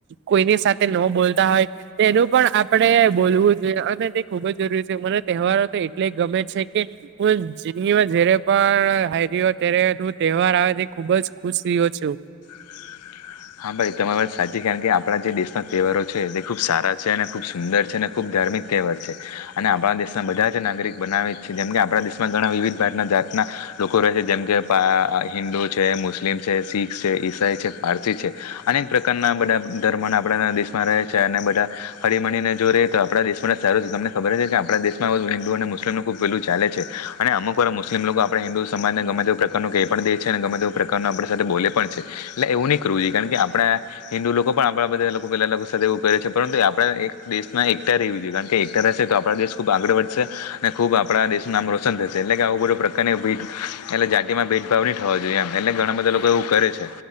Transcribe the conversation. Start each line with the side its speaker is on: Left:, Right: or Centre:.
Right: કોઈની સાથે. ન બોલતા હોય તેનું પણ આપણે બોલવું જોઈએ અને તે ખૂબ જ જરૂરી છે મને તહેવારો. એટલે ગમે છે કે હ જીદગી માં જયારે પણ હા ઈ હો ત્યારે તહેવાર આવે. ખુબ જ ખુશ રહ્યો છું.
Left: <inaudible> હા ભાઈ તમારી વાત સાચી કારણ કે આપણા જે દેશના તહેવારો છે તે ખુબ સારા છે અને ખુબ સુંદર છે અને ખુબ ધાર ર્મિક તહેવાર છે અને આપણા દેશના બધા જ નાગરિક બનાવે છે જેમ કે આપણા દેશમાં ઘણા વિવિધ ભાગતના જાતના. લોકો રહે છે જેમ કે પા હિન્દુ છે મુસ્લિમ છે શીખ છે ઈસાઈ છે પારસી છે. અનેક પ્રકારના બધા ધર્મ ના આપણા દેશમાં રહે છે અને બધા હળમણીને જો રે તો આપણા દેશ. સારું છે તમને ખબર છે કે આપણા દેશમાં હિન્દુ અને મુસ્લિમનું ખૂબ પેલું ચાલે છે અને અમુક વાર મુસ્લમ લોકો આપણે. હિન્દુ સમાજને ગમે તે એવા પ્રકાર નો કેઈ પણ દે છે અને ગમે તેવા પ્રકારનું આપણે સાથે બોલે પણ છે એટલે એવું નહી કરવુંઈ. કારણ કે આપણા હિન્દુ લોકો પણ આપણા બધા લોકો પેલા લોકો સાથે એવું કરે છે પરંતુ આપણા દેશના એકતા રે વી જોઈએ કારણ કે એકતા રહેશે તો આપણા દેશ ખૂબ આગળ વધશે અને ખૂબ આપણા દેશનું નામ રોશન થશે એટલે કે આવ બધો પ્રકારની. એટલે જાતિ માં ભેદભાવ નહી થવા જોઈએ એમ એટલે ઘણા બધા લોકો એવું કરે છે